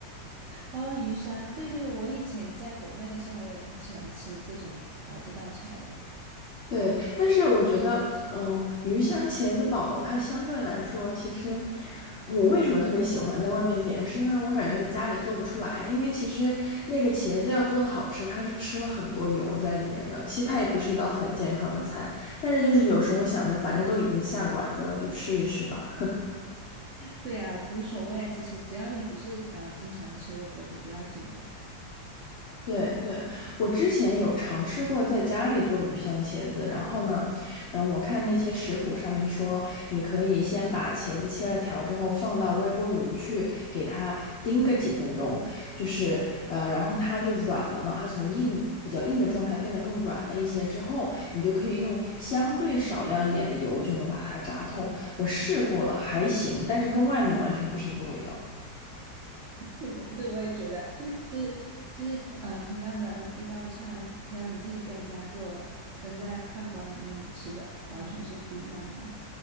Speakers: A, on the right; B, on the left.
A: 哦，鱼香，对对对，我以前在国内的时候，我也挺喜欢吃这种呃这道菜的。
B: 对，但是我觉得，嗯、鱼香茄子煲它相对来说，其实我为什么特别喜欢在外面点，是因为我感觉在家里做不出来，因为其实那个茄子要做的好吃，它是吃了很多油在里面的，其实它也不是一道很健康的菜，但是就是有时候想着，反正都已经下馆子了，就吃一吃吧。
A: 对啊，无所谓啊，其实只要你不是呃经常吃，我觉得都不要紧的。<laughs>
B: 对对，我之前有尝试过在家里做鱼香茄子，然后呢，嗯，我看那些食谱上面说，你可以先把茄子切了条之后放到微波炉去给它叮个几分钟，就是呃，然后它就软了嘛，它从硬比较硬的状态变得更软了一些之后，你就可以用相对少量一点的油就能把它炸透。我试过了，还行，但是跟外面完全不是一个味道。
A: 对，我对我也觉得，<coughs> <clears throat> 就是就是呃同样的一道菜，要你自己在家做的，跟在饭馆里面吃的完全是不一样的。